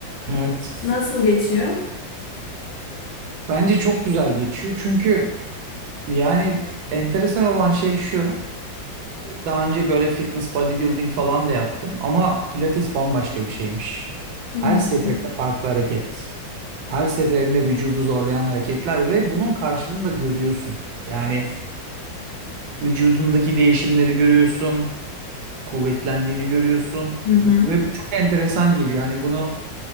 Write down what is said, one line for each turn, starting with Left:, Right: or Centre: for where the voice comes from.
Right: Evet.
Left: Nasıl geçiyor?
Right: Bence çok güzel geçiyor. Çünkü yani enteresan olan şey şu. Daha önce böyle fitness bodybuilding falan da yaptım ama pilates bambaşka bir şeymiş.
Left: Hı
Right: Her seferinde
Left: hı.
Right: farklı hareket. Her seferinde vücudu zorlayan hareketler ve bunun karşılığını da görüyorsun. Yani vücudundaki değişimleri görüyorsun. kuvvetlendiğini görüyorsun
Left: hı.
Right: ve bu çok enteresan geliyor. Hani bunu